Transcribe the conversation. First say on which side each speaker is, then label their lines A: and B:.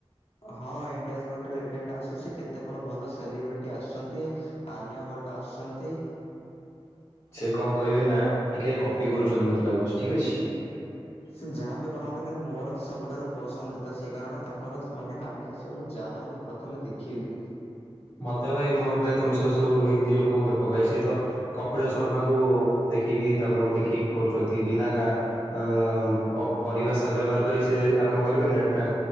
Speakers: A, on the left; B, on the left.
A: ହଁ ଇଣ୍ଡିଆଜ୍ ଗଟ୍ ଟାଲେଣ୍ଟ୍ ଆସୁଚି କେତେ କଣ ଭଲ ସେଲିବ୍ରିଟି ଆସୁଚନ୍ତି ଆଲିଆ ଭଟ୍ଟ୍ ଆସୁସନ୍ତି।
B: ସେ କଣ କରିବେ ନା ଟିକେ କପି କରୁଚନ୍ତି ମତେ ଲାଗୁଚି ଠିକ୍ ଅଛି।
A: ସେ ଯାହାବି କରନ୍ତେ କିନ୍ତୁ ମୋର ତ ସବୁଠାରୁ ପସନ୍ଦ ତ ସିଏ କାରଣ ତାଙ୍କର ସ୍-ମାନେ କାଲି ଆସିବ ମୁଁ ଯାହାହେଲେ ବି ପ୍ରଥମେ ଦେଖିବି।
B: ମତେ ଭାଇ ମୋର ଭାଇ ତମେ ସବୁ -ସବୁ ହିନ୍ଦୀ ଲୋକଙ୍କୁ ଦେଖ ଭାଇ ସିଏ ତ କପିଳ ଶର୍ମାକୁ ଦେଖିକି ତାଙ୍କଠୁ ଦେଖିକି କରୁଚନ୍ତି ବିନା ଗା ଅ-ଅପରିଭାଷା ବ୍ୟବହାର କରି ସେ ଆରମ୍ଭ କରିବେ ନେଟେ-